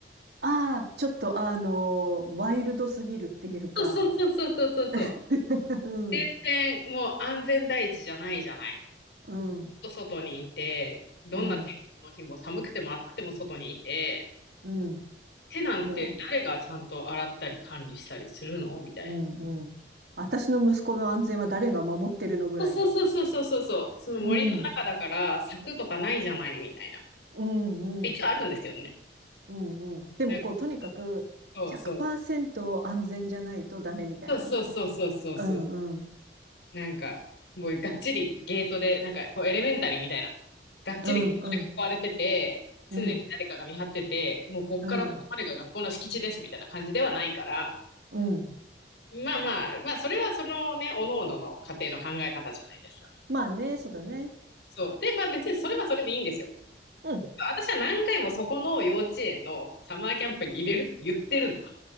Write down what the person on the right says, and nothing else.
ああ、ちょっとあのーワイルドすぎるっていうか。
<laughs> うん、
うん、
うん、うん。
もう、うん、うん。私の息子の安全は誰が守ってるのぐらいの。
うん、うん、
うん、うん、うん。でもこう、
とにかく100%
安全じゃないとダメみたいなね。
うん、うん、
うん、うん、
うん、
うん、うん。
まあね、そうだね。
うん、